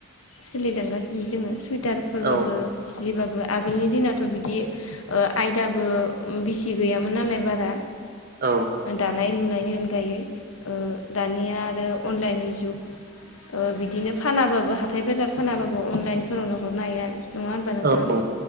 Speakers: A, on the left; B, on the right.
A: सोलिलांगासिनो दोंओ सुइ हटारफोरबाबो
B: औ
A: जिबाबो आगोलनि दिनावथ बिदि ओ आयदाबो बिसि गैयामोन नालाय बारा
B: औ
A: दानाय लुनायनि अनगायै ओ दानिया आरो अनलाइननि जुग ओ बिदिनो फानाबाबो हाथाय बाजार फानाबाबो अनलाइनफोरावनो हरनो हायो नङा होनबा नोंथां
B: औ